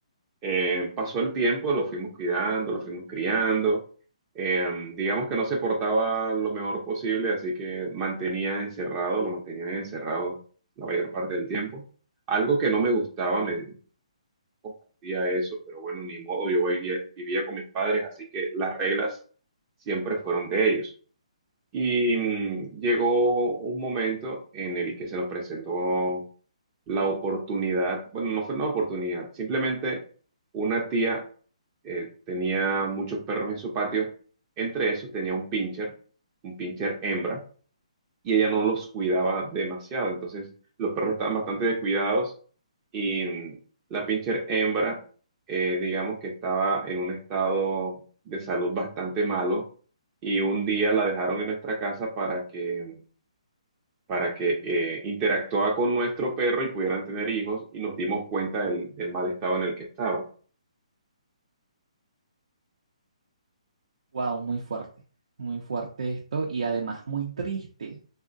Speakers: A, on the right; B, on the right.
A: Eh, pasó el tiempo, lo fuimos cuidando, lo fuimos criando. Eh, digamos que no se portaba lo mejor posible, así que mantenía encerrado, lo mantenía encerrado la mayor parte del tiempo. Algo que no me gustaba, me compartía eso, pero bueno, ni modo, yo vivía, vivía con mis padres, así que las reglas siempre fueron de ellos. Y mm, llegó un momento en el que se nos presentó la oportunidad, bueno, no fue una oportunidad, simplemente una tía eh, tenía muchos perros en su patio, entre esos tenía un pincher, un pincher hembra, y ella no los cuidaba demasiado, entonces los perros estaban bastante descuidados y mm, la pincher hembra, eh, digamos que estaba en un estado de salud bastante malo y un día la dejaron en nuestra casa para que para que eh, interactuaba con nuestro perro y pudieran tener hijos y nos dimos cuenta del, del mal estado en el que estaba.
B: Wow, muy fuerte, muy fuerte esto y además muy triste.